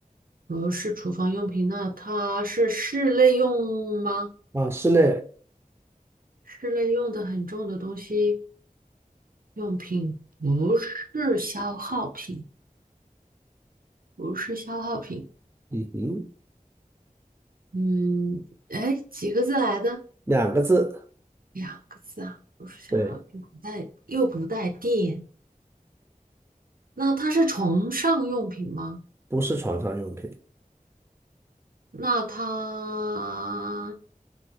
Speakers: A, on the right; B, on the right.
A: 不是厨房用品，那它是室内用吗？
B: 啊，室内，
A: 室内用的很重的东西，用品不是消耗品，不是消耗品。
B: 嗯哼，
A: 嗯，哎，几个字来的？
B: 两个字，
A: 两个字啊，不是消耗品，
B: 对，
A: 不带，又不带电。那它是床上用品吗？
B: 不是床上用品，
A: 那它